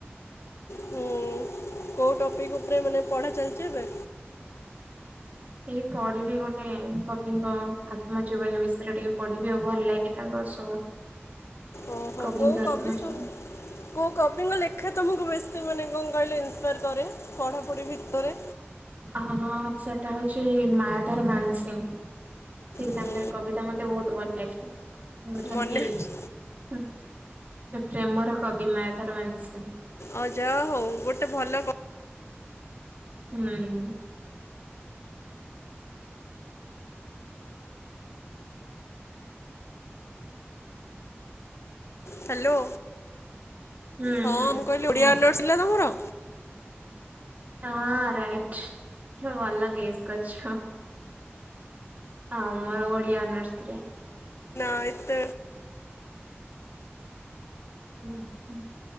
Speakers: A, on the left; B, on the right.
A: ହୁଁ କୋଉ ଟପିକ ଉପରେ ମାନେ ପଢା ଚାଲିଛି ଏବେ?
B: ଏଇ ପଢିବି ଗୋଟେ କବିଙ୍କ ଆତ୍ମଜୀବନୀ ବିଷୟରେ ଟିକେ ପଢିବି ଆଉ ଭଲ ଲାଗେ ତାଙ୍କ ସବୁ
A: ଓହୋ
B: କବିଙ୍କ
A: କୋଉ କବି
B: ଆତ୍ମଜୀବନୀ।
A: ସବୁ କୋଉ କବିଙ୍କ ଲେଖା ତୁମକୁ ବେଶୀ ମାନେ? ଭିତରେ ପଢ଼ାପଢ଼ି ଭିତରେ
B: ହଁ ସେଟା ହଉଛି ମାତାଧର ମାନସିିଂ ସେ
A: ହୁଁ
B: ତାଙ୍କର କବିତା ମତେ ବହୁତ ଭଲ ଲାଗେ। ସେ ହଉଛନ୍ତି
A: ମନେ
B: ହୁଁ
A: ଅଛି
B: ସେ ପ୍ରେମର କବି ମାୟଧର ମାନସିଂହ।
A: ଅ ଯା ହଉ ଗୋଟେ ଭଲ କ
B: ହୁଁ।
A: ହ୍ୟାଲୋ।
B: ହୁଁ
A: ହଁ
B: ହୁଁ
A: ମୁଁ କହିଲି
B: କୁହ
A: ଓଡିଆ ଅନର୍ସ ଥିଲା ତମର?
B: ହଁ ରାଇଟ ଭଲ ଗେସ୍ କରିଛ ଆଉ ମୋର ଓଡିଆ ଅନର୍ଶ ଥିଲା।
A: ଏଇତ
B: ହୁଁ ହୁଁ।